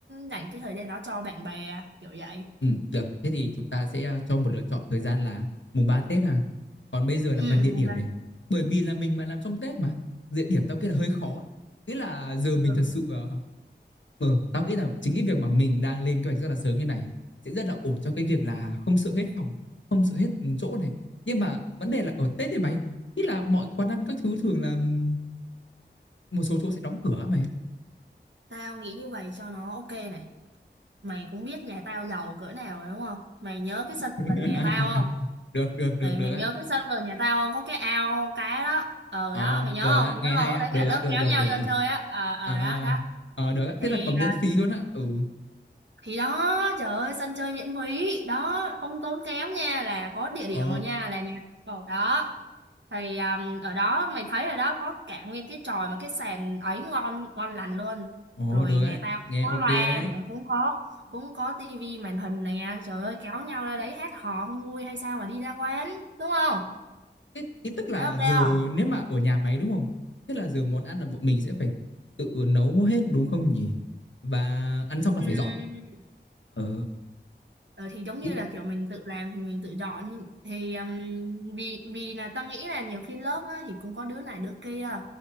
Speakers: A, on the right (about 75°); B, on the left (about 85°).
A: dành cái thời gian đó cho bạn bè kiểu vậy
B: Ừ, được. Thế thì chúng ta sẽ ờ, cho một lựa chọn thời gian là mùng 3 Tết ha. Còn bây giờ là
A: ừ
B: phần địa
A: mùng
B: điểm
A: ba
B: này. Bởi vì là mình mà làm trong Tết mà. Địa điểm tao nghĩ là hơi khó. Thế là giờ mình
A: ừ.
B: thật sự ờ ờ, tao nghĩ là chính cái việc mà mình đang lên kế hoạch rất là sớm như này sẽ rất là ổn cho cái việc là không sợ hết phòng, không sợ hết ừ, chỗ này. Nhưng mà vấn đề là ở Tết thì mày, ý là mọi quán ăn các thứ thường là ừm, một số chỗ sẽ đóng cửa á mày.
A: tao nghĩ như vậy cho nó ok này mày cũng biết nhà tao giàu cỡ nào rồi đúng không mày nhớ cái sân
B: <laughs>
A: vườn nhà tao không
B: Được, được, được,
A: mày
B: được
A: mày
B: á.
A: nhớ cái sân vườn nhà tao không có cái ao cá đó ờ
B: Ờ,
A: đó mày nhớ
B: được
A: không
B: á,
A: mày
B: nghe
A: nhớ
B: hay
A: không lúc
B: á,
A: đấy
B: được
A: cả lớp
B: á, được
A: kéo
B: được
A: nhau
B: được
A: vô
B: được.
A: chơi á ờ ờ
B: À
A: đó đó
B: ờ, được á,
A: thì
B: thế là còn
A: à,
B: miễn phí luôn á. Ừ.
A: thì đó trời ơi sân chơi miễn phí đó không tốn kém nha là có địa
B: Ờ,
A: điểm rồi nha là nhà Ồ, đó thì um, ở đó mày thấy rồi đó có cả nguyên cái chòi mà cái sàn ấy ngon ngon lành luôn
B: ồ
A: rồi
B: được
A: nhà
B: á,
A: tao cũng
B: nghe
A: có
B: ok
A: loa
B: đấy.
A: nè cũng có cũng có tivi màn hình nè trời ơi kéo nhau ra đấy hát hò không vui hay sao mà đi ra quán đúng không
B: Thế ý tức là
A: thấy ok
B: giờ
A: không
B: nếu mà ở nhà máy đúng không? Thế là giờ món ăn là bọn mình sẽ phải tự nấu hết đúng không nhỉ? Và ăn xong là phải
A: Ừm,
B: dọn. Ờ,
A: Ờ, thì giống như
B: ít
A: là kiểu mình tự làm thì mình tự dọn thì um, vì vì là ta nghĩ là nhiều khi lớp á, thì cũng có đứa này đứa kia